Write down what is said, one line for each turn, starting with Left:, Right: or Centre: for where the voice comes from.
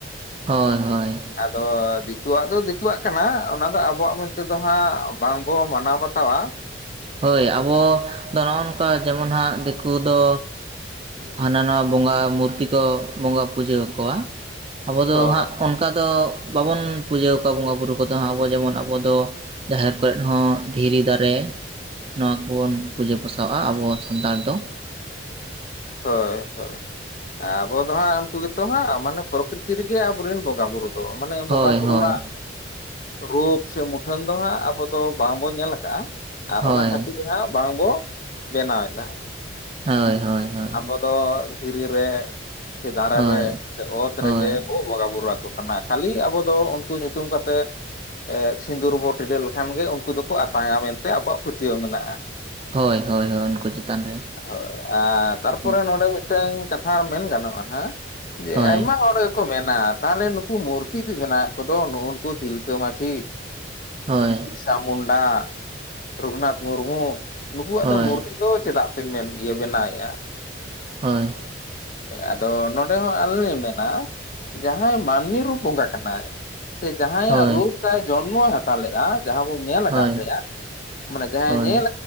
Right: ᱦᱳᱭ ᱦᱳᱭ ᱾
Left: ᱟᱫᱚ ᱫᱤᱠᱩᱣᱟᱜ ᱫᱚ ᱫᱤᱠᱩᱣᱟᱜ ᱠᱟᱱᱟ ᱚᱱᱟ ᱫᱚ ᱟᱵᱚᱣᱟᱜ ᱢᱮᱱᱛᱮ ᱫᱚ ᱦᱟᱸᱜ ᱵᱟᱝᱵᱚ ᱢᱟᱱᱟᱣ ᱵᱟᱛᱟᱣᱟ᱾
Right: ᱦᱳᱭ ᱟᱵᱚ ᱫᱚ ᱱᱚᱜᱼᱚ ᱱᱚᱝᱠᱟ ᱡᱮᱢᱚᱱ ᱦᱟᱸᱜ ᱫᱤᱠᱩ ᱫᱚ ᱦᱟᱱᱟ ᱱᱚᱣᱟ ᱵᱚᱸᱜᱟ ᱢᱩᱨᱛᱤ ᱠᱚ ᱵᱚᱸᱜᱟ ᱯᱩᱡᱟᱹ ᱟᱠᱚᱣᱟ ᱾ ᱟᱵᱚᱫ ᱫᱚ
Left: ᱦᱳᱭ
Right: ᱦᱟᱸᱜ ᱚᱱᱠᱟ ᱫᱚ ᱵᱟᱵᱚᱱ ᱯᱩᱡᱟᱹᱣ ᱠᱚᱣᱟ ᱵᱚᱸᱜᱟᱼ ᱵᱩᱨᱩ ᱠᱚᱫᱚ ᱦᱟᱸᱜ ᱟᱵᱚ ᱡᱮᱢᱚᱱ ᱟᱵᱚ ᱫᱚ ᱡᱟᱦᱮᱨ ᱠᱚᱨᱮ ᱦᱚᱸ ᱫᱷᱤᱨᱤ ᱫᱟᱨᱮ᱾ ᱱᱚᱣᱟ ᱠᱚᱵᱚᱱ ᱯᱩᱡᱟᱹ ᱯᱟᱥᱟᱣᱼᱟ ᱟᱵᱚ ᱥᱟᱱᱛᱟᱲ ᱫᱚ ᱾
Left: ᱦᱳᱭ ᱦᱳᱭ ᱟᱵᱚ ᱫᱚ ᱦᱟᱸᱜ ᱩᱱᱠᱩ ᱜᱮᱛᱚ ᱦᱟᱸᱜ ᱢᱟᱱᱮ ᱯᱨᱚᱠᱨᱤᱛᱤᱤ ᱨᱮᱜᱮ ᱟᱵᱚᱨᱮᱱ ᱵᱚᱸᱜᱟ ᱵᱩᱨᱩ ᱾ ᱛᱚ ᱢᱟᱱᱮ
Right: ᱦᱳᱭ
Left: ᱵᱚᱸᱜᱟ ᱵᱩᱨᱩᱣᱟᱜ
Right: ᱦᱳᱭ
Left: ᱨᱩᱯ ᱥᱮ ᱢᱩᱴᱷᱟᱹᱱ ᱫᱚ ᱦᱟᱸᱜ ᱟᱵᱚ ᱫᱚ ᱵᱟᱝᱵᱚᱱ ᱧᱮᱞ ᱟᱠᱟᱜᱼᱟ᱾ ᱟᱨ
Right: ᱦᱳᱭ
Left: ᱚᱱᱟ ᱠᱷᱟᱹᱛᱤᱨ ᱦᱟᱸᱜ ᱵᱟᱝ ᱵᱚ ᱵᱮᱱᱟᱣᱮᱫᱟ᱾
Right: ᱦᱳᱭ ᱦᱳᱭ᱾ ᱦᱳᱭ
Left: ᱟᱵᱚ ᱫᱚ ᱫᱷᱤᱨᱤ ᱨᱮ ᱥᱮ ᱫᱟᱨᱮ
Right: ᱦᱳᱭ
Left: ᱨᱮ ᱥᱮ ᱚᱛ
Right: ᱦᱳᱭ
Left: ᱨᱮᱜᱮ ᱵ ᱵᱚᱸᱜᱟᱼ ᱵᱳᱩᱨᱩ ᱟᱠᱚ ᱠᱟᱱᱟ ᱠᱷᱟᱹᱞᱤ ᱟᱵᱚ ᱫᱚ ᱩᱱᱠᱩ ᱧᱩᱛᱩᱢ ᱠᱟᱛᱮᱫ ᱥᱤᱸᱫᱩᱨ ᱵᱚ ᱴᱤᱰᱟᱹ ᱞᱮᱠᱷᱟᱱ ᱜᱮ ᱩᱱᱠᱩ ᱫᱚᱠᱚ ᱟᱛᱟᱝᱟ ᱢᱮᱱᱛᱮ ᱟᱵᱚᱣᱟᱜ ᱯᱟᱹᱛᱭᱟᱹᱣ ᱢᱮᱱᱟᱜᱼᱟ ᱾
Right: ᱦᱳᱭ ᱦᱳᱭ ᱦᱳᱭ ᱩᱱᱠᱩ ᱪᱮᱛᱟᱱ ᱨᱮ ᱾
Left: ᱦᱳᱭ ᱟᱨ ᱛᱟᱨᱯᱚᱨᱮ ᱱᱚᱰᱮ ᱢᱤᱫᱴᱟᱝ ᱠᱟᱛᱷᱟ ᱢᱮᱱ ᱜᱟᱱᱚᱜᱼᱟ ᱡᱮ
Right: ᱦᱳᱭ
Left: ᱟᱭᱢᱟ ᱦᱚᱲ ᱠᱚ ᱢᱮᱱᱟ ᱛᱟᱦᱚᱞᱮ ᱱᱩᱠᱩ ᱢᱩᱨᱛᱤ ᱵᱮᱱᱟᱜ ᱠᱚᱫᱚ ᱱᱩᱜᱼᱩ ᱱᱩᱠᱩ ᱛᱤᱞᱠᱟᱹ ᱢᱟᱹᱡᱷᱤ
Right: ᱦᱳᱭ
Left: ᱥᱟ ᱢᱩᱱᱰᱟ ᱨᱚᱜᱷᱩᱱᱟᱛᱷ ᱢᱩᱨᱢᱩ ᱱᱩᱠᱩᱣᱟᱜ
Right: ᱦᱳᱭ
Left: ᱫᱚ ᱢᱩᱨᱛᱤ ᱫᱚ ᱪᱮᱫᱟᱜ ᱯᱮ ᱢᱮᱱ ᱤᱭᱟᱹ ᱵᱮᱱᱟᱣᱮᱫᱼᱟ?
Right: ᱦᱳᱭ᱾
Left: ᱟᱫᱚ ᱱᱚᱸᱰᱮ ᱦᱚᱸ ᱟᱞ ᱞᱮ ᱢᱮᱱᱟ ᱡᱟᱦᱟᱸᱭ ᱢᱟᱹᱱᱢᱤ ᱨᱩᱯ ᱵᱚᱸᱜᱟ ᱠᱟᱱᱟᱭ ᱥᱮ ᱡᱟᱦᱟᱸᱭᱟᱜ
Right: ᱦᱳᱭ
Left: ᱨᱩᱯ ᱛᱟᱭ ᱡᱚᱱᱢᱚᱭ ᱦᱟᱛᱟᱣ ᱞᱮᱜᱼᱟ᱾ ᱡᱟᱦᱟᱸ ᱵᱚᱱ ᱧᱮᱞ ᱟᱠᱟᱫ
Right: ᱦᱳᱭ
Left: ᱛᱟᱭᱟ, ᱢᱟᱱᱮ ᱡᱟᱦᱟᱸ
Right: ᱦᱳᱭ
Left: ᱧᱮᱞ